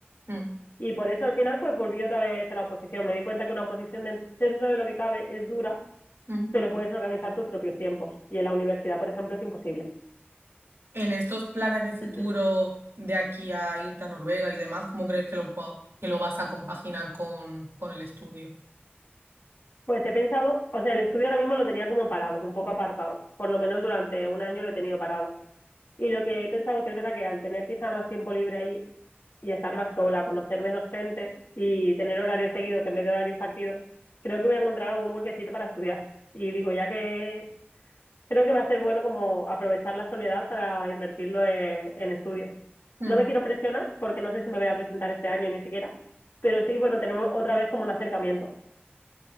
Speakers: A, on the right; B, on the left.
A: mm,
B: Y por eso al final pues volví otra vez a la oposición. Me di cuenta que una oposición de- dentro de lo que cabe es dura,
A: mm.
B: pero puedes organizar tus propios tiempos y en la universidad, por ejemplo, es imposible.
A: En estos planes de futuro
B: <clears throat>
A: de aquí a irte a Noruega y demás, ¿cómo crees que lo, puedo- que lo vas a compaginar con, con el estudio?
B: Pues he pensado, o sea, el estudio ahora mismo lo tenía como parado, un poco apartado, por lo menos durante un año lo he tenido parado. Y lo que he pensado que es verdad que al tener quizá más tiempo libre ahí y estar más sola, conocer menos gente y tener horarios seguidos en vez de horarios partidos, creo que voy a encontrar algún huequecito para estudiar. Y digo, ya que creo que va a ser bueno como aprovechar la soledad para invertirlo eh, en estudios.
A: Mm.
B: No me quiero presionar porque no sé si me voy a presentar este año ni siquiera, pero sí, bueno, tenemos otra vez como un acercamiento.